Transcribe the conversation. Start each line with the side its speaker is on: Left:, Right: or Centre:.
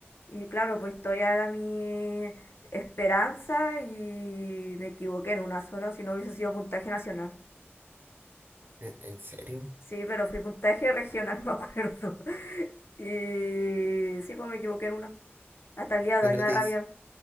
Left: Y claro, pues historia era mi esperanza y me equivoqué en una sola, si no hubiese sido puntaje nacional.
Right: ¿En, en serio?
Left: Sí, pero fui puntaje regional, <laughs> me acuerdo. Y sí, pues me equivoqué en una. Hasta el día de
Right: ¿Y
Left: hoy
Right: no
Left: me da
Right: te
Left: rabia.
Right: hici-